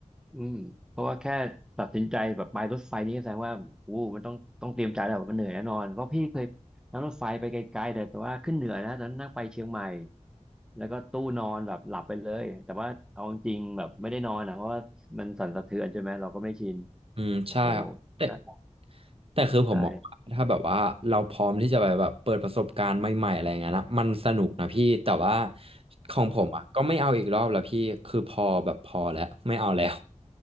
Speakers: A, in the centre; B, on the right.
A: อืมเพราะว่าแค่ตัดสินใจแบบไปรถไฟนี่ก็แสดงว่าอู้มันต้องต้องเตรียมใจแล้ววบบมันเหนื่อยแน่นอนเพราะพี่เคยนั่งรถไฟไปไกลๆแต่แต่ว่าขึ้นเหนือนะตอนนั้นนั่งไปเชียงใหม่แล้วก็ตู้นอนแบบหลับไปเลยแต่ว่าเอาจริงๆแบบไม่ได้นอนอ่ะเพราะว่ามันสั่นสะเทือนใช่ไหมเราก็ไม่ชิน
B: อืมใช่ครับแต่
A: โอ้โหนั่นแหละ
B: แต่คือผมมองว่าถ้าแบบว่าเราพร้อมที่จะไปแบบเปิดประสบการณ์ใหม่ๆอะไรเงี้ยนะมันสนุกนะพี่แต่ว่า
A: ใช่
B: ของผมอ่ะก็ไม่เอาอีกรอบแล้วพี่คือพอแบบพอแล้วไม่เอาแล้ว
A: อืม